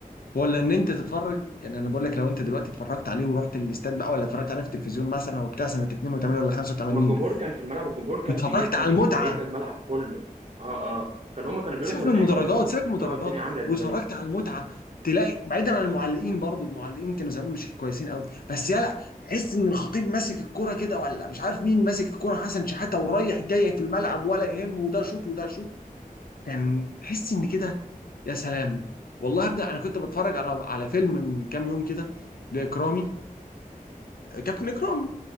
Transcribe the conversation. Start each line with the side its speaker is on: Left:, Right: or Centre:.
Left: ولا ان انت تتفرج يعني انا بقول لك لو انت دلوقتي اتفرجت عليه ورحت الاستاد بقى ولا اتفرجت عليه في التلفزيون مثلا او بتاع سنه 82 ولا 85
Right: ما الجمهور كان في الملعب الجمهور كان
Left: واتفرجت
Right: بيبني
Left: على المتعه
Right: كان بيملى الملعب كله اه اه كان هما كانوا بيروحوا
Left: سيبك من
Right: هناك
Left: المدرجات
Right: كانوا هما بيستمتعوا
Left: سيبك من المدرجات
Right: الدنيا عاملة ازاي
Left: واتفرجت على المتعه تلاقي بعيدا عن المعلقين برضو المعلقين كانوا زمان مش كويسين قوي بس يلا تحس ان الخطيب ماسك الكرة كده ولا مش عارف مين ماسك الكرة حسن شحاته ورايح جاي في الملعب ولا يهمه وده شوط وده شوط كان تحس ان كده يا سلام والله يا ابني انا كنت بتفرج على على فيلم من كام يوم كده لاكرامي كابتن اكرامي